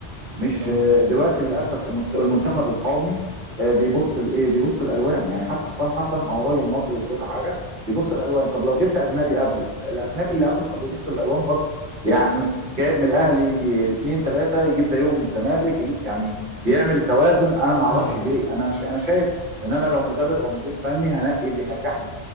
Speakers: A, on the right; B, on the right.
A: مش
B: برافو
A: دلوقتي للاسف
B: تمام
A: المنت- المنتخب القومي آه، بيبص لايه بيبص الالوان يعني حتى حسام حسن او راجل مصري وكل حاجه بيبص الالوان طب لو جبت اجنبي قبله الاجنبي اللي قبله كان بيبص الالوان برضه يعني جايب من الاهلي اثنين ثلاثه يجيب زيهم من الزمالك يجيب يعني بيعمل توازن انا ما اعرفش
B: اه
A: ليه انا ش- انا شايف ان انا لو مدرب او مدير فني هنقي اللي ينجحني